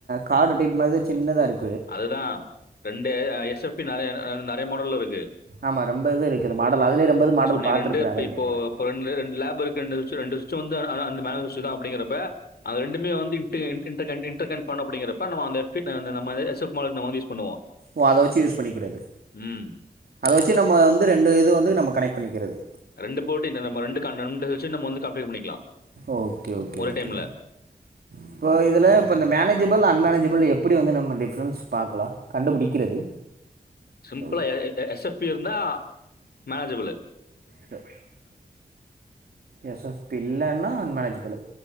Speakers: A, on the right (about 70°); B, on the left (about 70°).
A: கார்டு டைப் மாதிரிதான் சின்னதா இருக்கு
B: அதுதான் ரெண்டு எஸ் -எப் - -பி ந நிறைய மாடல் இருக்கு
A: ஆமாம் ரொம்ப இது இருக்குது மாடல் அதிலே ரொம்ப இது மாடல்
B: சோ நீ
A: பார்த்துருக்குறேன்
B: ரெண்டு
A: அதான்
B: இப்போ
A: கேட்குறேன்
B: ரெண்டு லேப் இருக்குஇன்றத விஷயம் அப்டினா தான் அப்படிங்கிறப்ப அது ரெண்டு - மே வந்து இண்ட் இடன்கண்ட் பண்ண அப்படிங்கற பண்ணுவா அது எப்டினா நாம அந்த இது யூஸ் பண்ணுவோம்
A: ஓ அத வச்சு யூஸ் பண்ணிக்கிறது
B: ம்.
A: அதை வச்சு நம்ம வந்து ரெண்டு இது வந்து நம்ம கனெக்ட் பண்ணிக்கிறது
B: ரெண்டு போட்டி நம்ம ரெண்டு வ கம்ப்யர் பண்ணிக்கலாம்
A: ஓகே ஓகேக
B: ஒரே டைம்ல.
A: இப்ப இதுல இப்ப இந்த மேனேஜபள் அன்மனேஜ - ல் எப்படி வந்து நம்ம டிஃபரன்ஸ் பார்க்கலாம் கண்டுபிடிக்கிறது
B: சிம்பிளா
A: ஓகே
B: எஸ்-எப்-பி இருந்தா மேனஜிபிள்லு
A: ஹ எ பிள்ளன்னா அன்மனேஜ்பிள்